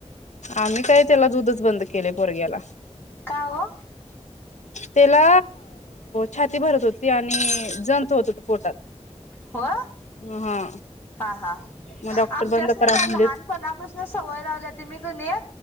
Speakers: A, on the left; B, on the left.
A: आम्ही काय त्याला दुधच बंद केले पोरग्याला
B: का हो
A: त्याला छाती भरत होती आणि <inaudible> जंत होत पोटात
B: हो
A: हा
B: हा हा
A: मग डॉक्टर
B: आमच्याच
A: बंद
B: नाही
A: करा
B: नाही
A: म्हणलेत
B: लहानपणापासून सवय लावल्या त मी कणी